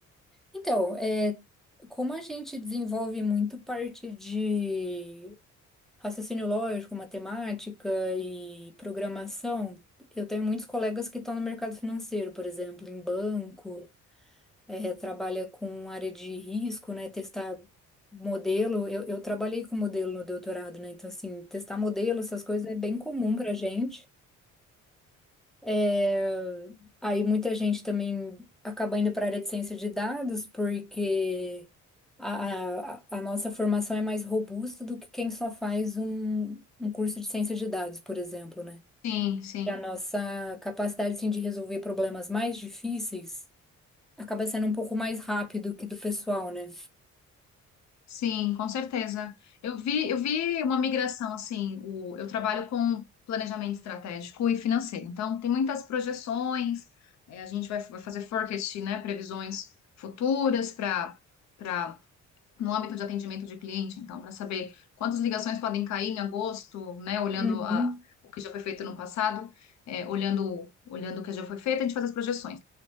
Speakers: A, in the centre; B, on the left.
A: Então, é, como a gente desenvolve muito parte de raciocínio lógico, matemática e programação. Eu tenho muitos colegas que estão no mercado financeiro, por exemplo, em banco, eh, trabalha com área de risco, né? Testar modelo. Eu, eu trabalhei com modelo no doutorado, né? Então, assim, testar modelo, essas coisas é bem comum pra gente. É, Aí muita gente também acaba indo para a área de ciência de dados, porque a, a, a nossa formação é mais robusta do que quem só faz um, um curso de ciência de dados, por exemplo, né?
B: Sim, sim,
A: E a nossa capacidade, assim, de resolver problemas mais difíceis acaba sendo um pouco mais rápido que do pessoal, né?
B: sim, com certeza. Eu vi, eu vi uma migração assim, o, eu trabalho com planejamento estratégico e financeiro, então tem muitas projeções, eh, a gente vai, vai fazer forecast, né, previsões futuras para para no âmbito de atendimento de cliente, então para saber quantas ligações podem cair em agosto, né, olhando
A: Uhum.
B: a, o que já foi feito no passado, eh, olhando olhando o que já foi feito, a gente faz as projeções.